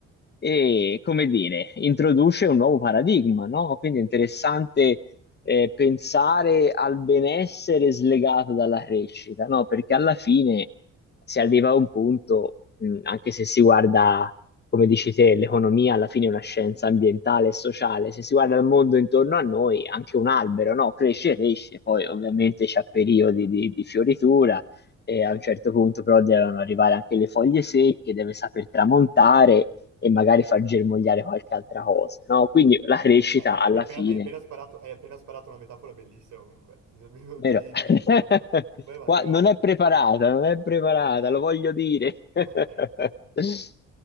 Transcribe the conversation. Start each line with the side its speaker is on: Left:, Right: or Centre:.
Left: e, come dire, introduce un nuovo paradigma, no? Quindi è interessante eh, pensare al benessere slegato dalla crescita, no? Perché alla fine si arriva a un punto, mh, anche se si guarda come dici te, l'economia alla fine è una scienza ambientale e sociale. Se si guarda il mondo intorno a noi, anche un albero, no? Cresce, cresce, poi ovviamente c'ha periodi di, di fioritura e a un certo punto però devono arrivare anche le foglie secche, deve saper tramontare e magari far germogliare qualche altra cosa, no? Quindi la crescita
Right: Hai, hai-
Left: alla
Right: hai appena,
Left: fine,
Right: hai appena sparato, hai appena sparato una metafora bellissima comunque. Mi sono venuti
Left: vero?
Right: i
Left: <laughs>
Right: brividi, mi sono venuti. Vai avanti,
Left: Qua
Right: vai
Left: non
Right: avanti.
Left: è preparata, non è preparata, lo voglio dire. <laughs>
Right: <laughs>